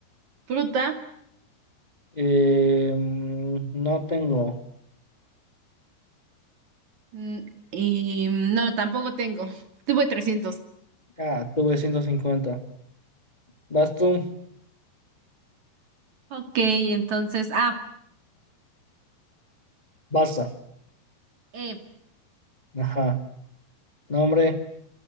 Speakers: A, on the right; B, on the left.
A: fruta.
B: Eh, mm, no tengo.
A: mm, Y mm, no, tampoco tengo. Tuve trescientos.
B: Ah, tuve 150. Vas tú,
A: Ok, entonces, ah,
B: Barça.
A: eh,
B: Ajá. Nombre,